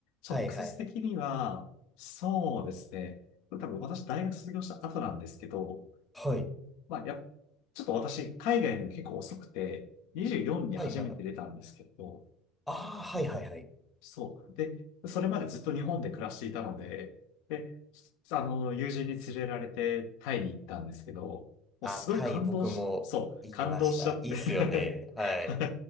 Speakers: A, on the left; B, in the centre.
A: 直接的には、
B: はいはいはい。
A: そうですね。多分私大学卒業した後なんですけど、
B: はい。
A: まあ、やっ、ちょっと私、海外で結構遅くて、24に初めて出たんですけど、
B: はいはいはい。あー、はいはいはい。
A: そう。で、それまでずっと日本で暮らしていたので、で、あの、友人に連れられてタイに行ったんですけど、もうすごい感動し、
B: あ、タイ僕も行きました。
A: そう、感動しちゃっては
B: いいっすよね。はい。